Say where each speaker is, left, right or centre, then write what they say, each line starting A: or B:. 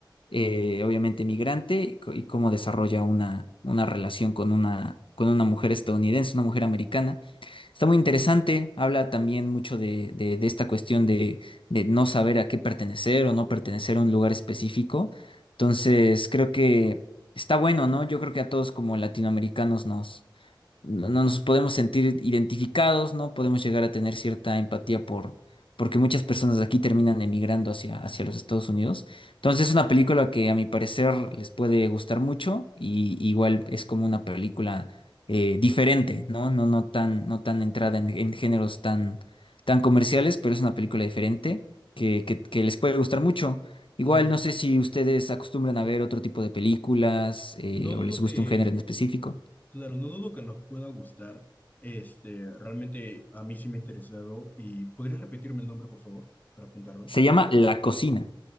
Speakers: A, on the left; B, on the left.
A: eh, obviamente migrante, y, co- y cómo desarrolla una, una relación con una, con una mujer estadounidense, una mujer americana. Está muy interesante, habla también mucho de, de- de esta cuestión de, de no saber a qué pertenecer o no pertenecer a un lugar específico. Entonces, creo que está bueno, ¿no? Yo creo que a todos como latinoamericanos nos no no nos podemos sentir identificados, ¿no? Podemos llegar a tener cierta empatía por, porque muchas personas de aquí terminan emigrando hacia, hacia los Estados Unidos. Entonces es una película que a mi parecer les puede gustar mucho y igual es como una película eh, diferente, ¿no? No, no tan, no tan entrada en, en géneros tan, tan comerciales, pero es una película diferente que, que, que les puede gustar mucho. Igual
B: Claro,
A: no sé si ustedes acostumbran a ver otro tipo de películas eh,
B: no dudo
A: o les
B: que,
A: guste un género en específico.
B: claro, no dudo que nos pueda gustar. Este, realmente a mí sí me ha interesado. ¿Y podrías repetirme el nombre, por favor, para apuntarlo?
A: Se llama La Cocina.